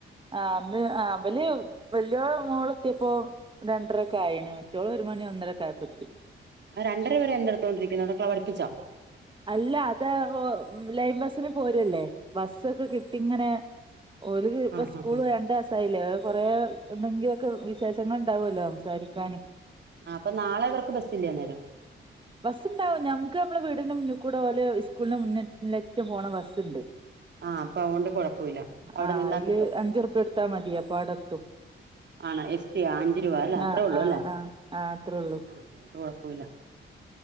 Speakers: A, on the right; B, on the right.
A: ആ ന്ന് ആ ബല് വല്യോ മോള് എത്തിയപ്പോ രണ്ടരക്ക ആയിന് മറ്റോള് ഒരു മണി ഒന്നരക്കയപ്പെത്തി
B: ആ രണ്ടര വരെ എന്തെടുത്തോണ്ടിരിക്കുന്ന അടകെ പഠിപ്പിച്ചോ
A: അല്ല അതാ ലൈൻബസിന് പോരല്ലേ ബസ്സൊക്കെ കിട്ടി ങ്ങനെ ഓല്ക്ക് ഇപ്പ
B: ആ
A: സ്കൂള്
B: ആ ആ
A: വേണ്ടസായില്ലേ കൊറേ എന്തെങ്കിലൊക്കെ വിശേഷങ്ങൾ ണ്ടാവൊല്ലോ സംസാരിക്കാന്
B: ആ അപ്പൊ നാളെ ഇവർക്ക് ബസ്സില്ലെ ആ നേരം
A: ബസ്ണ്ടാവും ഞമ്മുക്ക് ഞമ്മളെ വീടിന്റെ മുന്ന് കൂടെ ഓലെ സ്കൂളിന്റെ മുന്ന് ക്ക് പോണ ബസ്സ്ണ്ട്
B: ആ അപ്പൊ അഓണ്ട് കൊഴപ്പവില്ല അവിടെ
A: ആഹ്
B: നിന്നാക്കിട്ടും
A: അയില് അഞ്ചുറുപ്യ കൊടുത്താ മതി അപ്പൊ അവിടെത്തും
B: ആണ എസ്റ്റിയാ അഞ്ചു രൂപ അല്ലെ അത്രേ
A: ആഹ്
B: ഉള്ളൂ
A: ആഹ്
B: അല്ലേ
A: ആഹ് ആഹ് അത്രേള്ളൂ
B: ആ അഒണ്ട് കൊഴപ്പൂല്ല